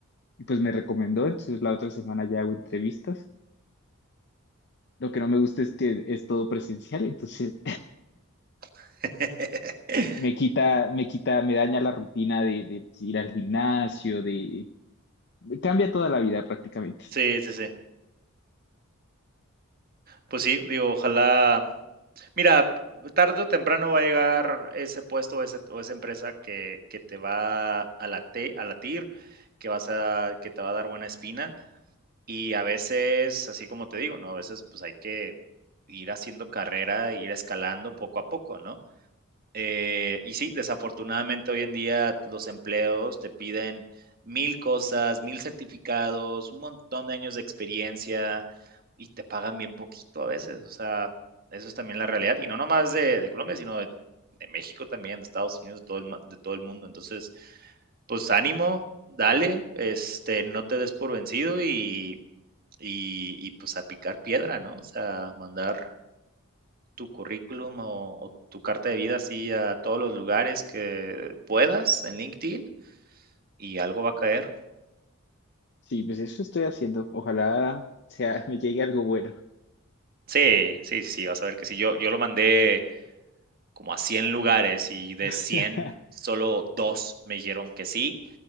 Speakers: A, on the left; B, on the right.
A: y pues me recomendó, entonces la otra semana ya hago entrevistas. Lo que no me gusta es que es todo presencial, entonces
B: mm.
A: <laughs>
B: <laughs>
A: me quita, me quita, me daña la rutina de, de ir al gimnasio, de... Cambia toda la vida prácticamente.
B: Sí, sí, sí. Pues sí, digo, ojalá mira, tarde o temprano va a llegar ese puesto o ese o esa empresa que que te va a late a latir, que vas a que te va a dar buena espina. Y a veces, así como te digo, ¿no? A veces, pues, hay que ir haciendo carrera, ir escalando poco a poco, ¿no? Eh, y sí, desafortunadamente hoy en día los empleos te piden mil cosas, mil certificados, un montón de años de experiencia y te pagan bien poquito a veces. O sea, eso es también la realidad. Y no nomás de, de Colombia, sino de, de, México también, de Estados Unidos, de todo, el, ma- de todo el mundo. Entonces, pues ánimo, dale, este, no te des por vencido y, y, y pues a picar piedra, ¿no? O sea, mandar tu currículum o, o tu carta de vida así a todos los lugares que puedas en LinkedIn y algo va a caer.
A: Sí, pues eso estoy haciendo. Ojalá sea, <laughs> me llegue algo bueno.
B: Sí, sí, sí, vas a ver que sí. Yo, yo lo mandé como a 100 lugares y de
A: <laughs>
B: 100 solo dos me dijeron que sí